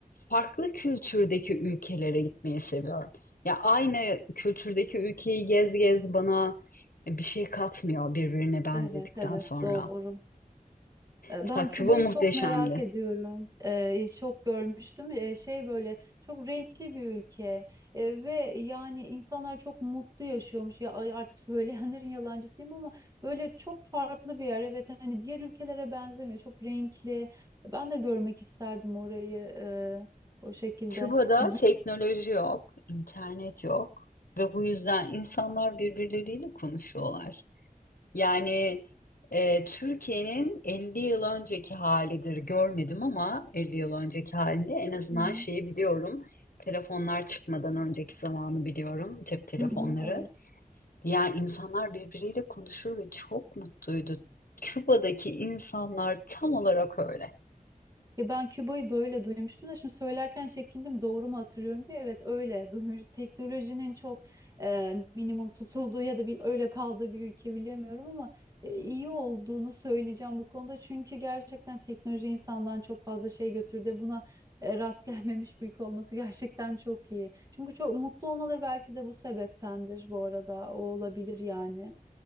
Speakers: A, on the left; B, on the right.
A: Farklı kültürdeki ülkelere gitmeyi seviyorum. Ya aynı kültürdeki ülkeyi gez gez bana bir şey katmıyor birbirine benzedikten
B: Evet, evet,
A: sonra.
B: doğru. E,
A: Mesela
B: Ben Küba'yı
A: Küba muhteşemdi.
B: çok merak ediyorum. E, çok görmüştüm. E, şey böyle çok renkli bir ülke E, ve yani insanlar çok mutlu yaşıyormuş. Ya ay, artık söyleyenlerin <laughs> yalancısıyım ama böyle çok farklı bir yer. Evet hani diğer ülkelere benzemiyor. Çok renkli. Ben de görmek isterdim orayı e, o şekilde.
A: Küba'da
B: Gi-
A: teknoloji yok, internet yok ve bu yüzden insanlar birbirleriyle konuşuyorlar. Yani e, Türkiye'nin 50 yıl önceki halidir görmedim ama 50 yıl önceki halinde en azından
B: Hı hı.
A: şeyi biliyorum. Telefonlar çıkmadan önceki zamanı biliyorum, cep telefonları.
B: Hı hı, evet.
A: Yani insanlar birbiriyle konuşur ve çok mutluydu. Küba'daki insanlar tam olarak öyle.
B: Ya ben Küba'yı böyle duymuştum da şimdi söylerken çekindim doğru mu hatırlıyorum diye. Evet öyle duymuş. Teknolojinin çok e, minimum tutulduğu ya da bir öyle kaldığı bir ülke bilemiyorum ama e, iyi olduğunu söyleyeceğim bu konuda. Çünkü gerçekten teknoloji insandan çok fazla şey götürdü. Buna e, rast <laughs> gelmemiş bir ülke olması gerçekten çok iyi. Çünkü çok mutlu olmaları belki de bu sebeptendir bu arada. O olabilir yani.